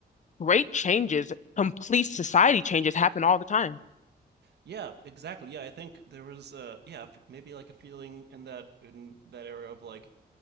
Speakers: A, on the left; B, on the right.
A: great changes, complete society changes happen all the time.
B: yeah exactly yeah i think there was a yeah maybe like a feeling in that in that era of like